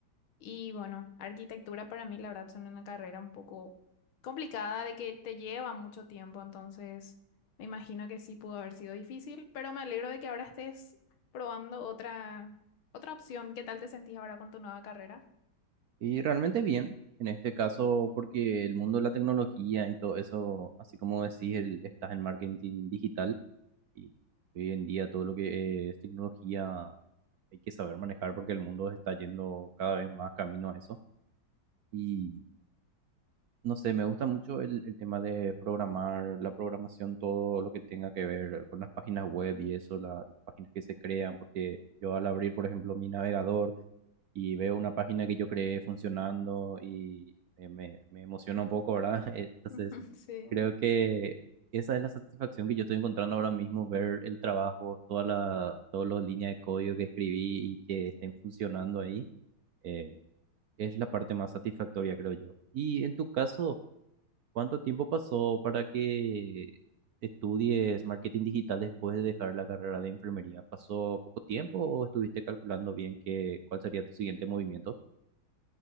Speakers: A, on the left; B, on the right.
A: Y bueno, arquitectura para mí, la verdad, son una carrera un poco complicada, de que te lleva mucho tiempo, entonces me imagino que sí pudo haber sido difícil, pero me alegro de que ahora estés probando otra, otra opción. ¿Qué tal te sentís ahora con tu nueva carrera?
B: Y realmente bien, en este caso, porque el mundo de la tecnología y todo eso, así como decís, el- estás en marketing digital y hoy en día todo lo que es tecnología hay que saber manejar porque el mundo está yendo cada vez más camino a eso. Y no sé, me gusta mucho el, el tema de programar, la programación, todo lo que tenga que ver con las páginas web y eso, la- las páginas que se crean, porque yo al abrir, por ejemplo, mi navegador, y veo una página que yo creé funcionando y me, me, me emociona un poco, ¿verdad? <laughs> Entonces,
A: <laughs> Sí.
B: creo que esa es la satisfacción que yo estoy encontrando ahora mismo, ver el trabajo, toda la, todas las líneas de código que escribí y que estén funcionando ahí. eh, es la parte más satisfactoria, creo yo. Y en tu caso, ¿Cuánto tiempo pasó para que estudies marketing digital después de dejar la carrera de enfermería? ¿Pasó poco tiempo o estuviste calculando bien qué, cuál sería tu siguiente movimiento?